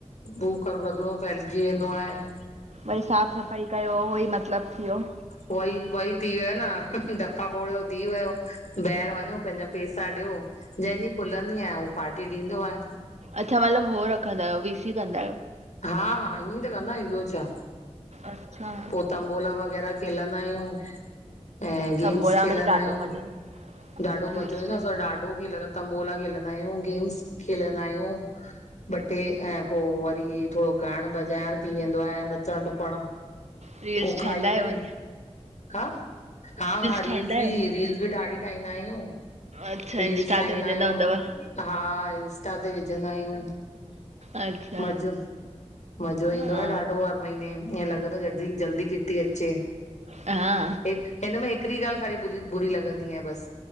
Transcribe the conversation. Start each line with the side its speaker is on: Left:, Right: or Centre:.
Left: हू कर रधिणो फैलिजी वेंदो आए। <inaudible>
Right: वरी साफ़ु सफ़ाई कयो उहो ई मतिलबु थियो।
Left: उहोई उहोई थी वयो न ॾपा फोड़ियो थी वियो। ॿाहिरि वञो पेंजा पैसा ॾियो जहिंजी खुलंदी आहेयं उहो पार्टी ॾींदो आहे।
Right: अच्छा मतिलबु हो रखंदा आहियो वी सी कंदा आयो।
Left: हा हा ईअं त कंदायूं ॿियो छा।
Right: अच्छा,
Left: पो तंबोला वग़ैरा खेलंदा आयूं। ऐं गेम्स
Right: तंबोला
Left: खेलंदा
Right: में त ॾाढो
Left: आहियूं
Right: मज़ो ईंदो
Left: ॾाढो
Right: रील्स
Left: मज़ो ईंदो
Right: ठाहे
Left: आहे असां ॾाढो खेलंद तम्बोला खेलंदा आयूं गेम्स खेलंदा आयूं। ॿ टे ऐं पोइ वरी थोरो ॻायण बजाइण थी वेंदो आहे नचण टुपण।
Right: रील्स
Left: पोइ
Right: ठाहींदा
Left: खाई
Right: आयो
Left: करे
Right: वरी।
Left: हा हा हा
Right: ठाहींदा
Left: रील्स
Right: आहियो
Left: बि रील्स बि ठाढी ठाहींदा आहियूं।
Right: अच्छा
Left: रील्स
Right: इंस्टा
Left: ठाहींदा
Right: ते विझंदा
Left: आहियूं
Right: हूंदव
Left: हा इंस्टा ते विझंदा आहियूं।
Right: अच्छा
Left: मज़ो मज़ो ईंदो
Right: हा
Left: आहे ॾाढो हर महीने ईअं लॻंदो जल्दी जल्दी किटी् अचे
Right: हा
Left: हि हिन में हिकड़ी ॻाल्हि ख़ाली बुली बुरी लॻंदी आहे बस